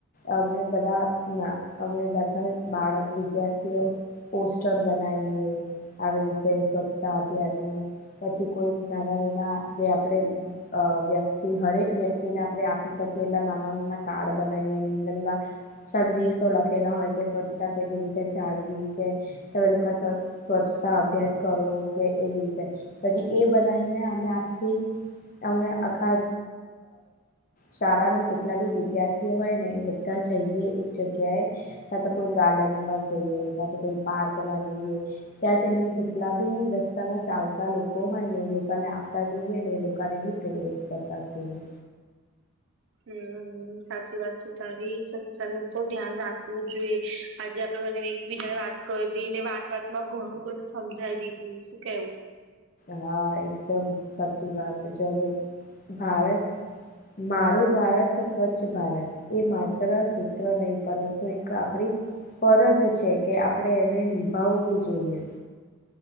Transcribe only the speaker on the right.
હમ્મ સાચી વાત છે તારી સત્સનું તો ધ્યાન રાખવું જોઈએ આજે આપડે મને એકબીજાને વાત કરી ને વાત વાતમાં ઘણું બધું સમજાવી દીધું શું કેવું